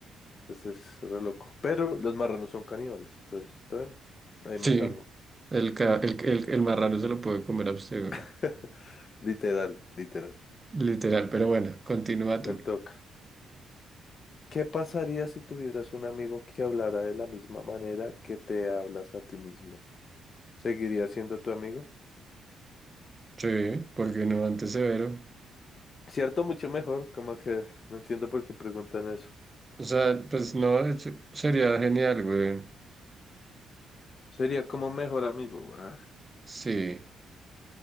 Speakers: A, on the left; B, on the right.
A: Entonces es re loco. Pero los marranos son caníbales. Entonces, está bien. Ahí
B: sí.
A: me salvo.
B: El, ca- el, el, el marrano se lo puede comer a usted,
A: <laughs>
B: güey.
A: Literal, literal.
B: Literal, pero bueno, continúa tú.
A: Me toca. ¿Qué pasaría si tuvieras un amigo que hablara de la misma manera que te hablas a ti mismo? ¿Seguiría siendo tu amigo?
B: Sí, porque no antes severo.
A: Cierto, mucho mejor. Como que no entiendo por qué preguntan eso.
B: O sea, pues no, de hecho, sería genial, güey.
A: Sería como mejor amigo, weón.
B: Sí,